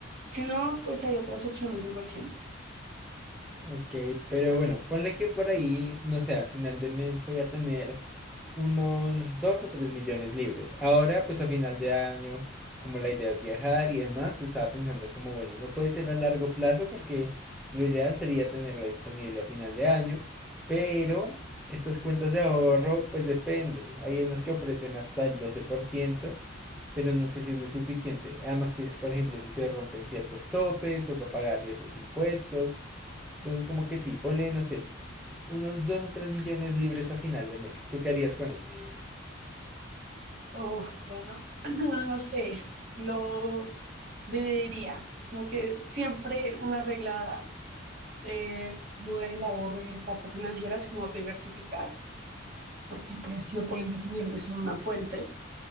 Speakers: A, on the right; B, in the centre.
A: Si no, pues hay otras opciones de inversión.
B: Ok, pero bueno, ponle que por ahí, no sé, a final de mes voy a tener unos 2 a 3 millones libres. Ahora, pues a final de año, como la idea es viajar y demás, estaba pensando como, bueno, no puede ser a largo plazo porque lo ideal sería tenerla disponible a final de año, pero estas cuentas de ahorro, pues depende. Hay unas que ofrecen hasta el 12%, pero no sé si es lo suficiente. Además que, por ejemplo, si se rompen ciertos topes, toca pagar ciertos impuestos. Entonces, como que sí, ponle, no sé, unos 2 o 3 millones libres a final de mes. ¿Tú qué harías con ellos?
A: Uf, bueno, <clears throat> no sé, lo dividiría, como que siempre una regla eh, como del ahorro y parte financiera es como diversificar, porque pues no puedes depender de solo una fuente.